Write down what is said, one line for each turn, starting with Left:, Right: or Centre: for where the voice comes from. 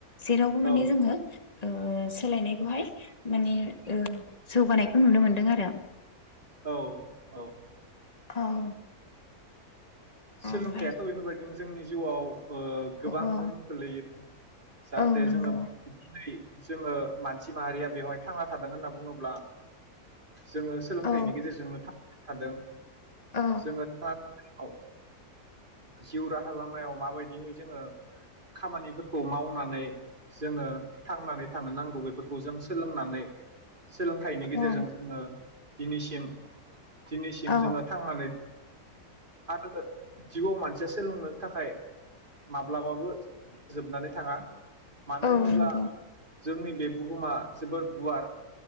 Left: जेरावबो माने
Right: औ
Left: जोङो। ओ सोलायनायखौहाय माने ओ जौगानायखौ नुनो मोनदों आरो।
Right: औ औ।
Left: औ औ
Right: सोलोंथाइयाथ' बेफोरबायदिनो जोंनि जिउआव ओ गोबां
Left: औ
Right: गोहोम खोलैयो जाहाथे
Left: औ नंगौ
Right: जोङो <unintelligible> जोङो मानसि माहारिया बेवहाय थांना थादों होनना बुङोब्ला जोङो सोलोंथायनि
Left: औ
Right: गेजेरजोंनो थां थादों।
Left: औ
Right: जोङो था औ। जिउ राहा लामायाव माबायदिहै जोङो खामानिफोरखौ मावनानै जोङो थांनानै थानो नांगौ बेफोरखौ जों सोलोंनानै सोलोंथाइनि गेजेरजों
Left: औ
Right: जोङो। दिनैसिम दिनैसिम
Left: औ
Right: जोङो थांनानै आरो ओ जिउआव मानसिया सोलोंनो थाखाय माब्लाबाबो जोबनानै थाङा। मानो
Left: औ
Right: होनोब्ला
Left: नंगौ
Right: जोंनि बे बुहुमा जोबोर गुवार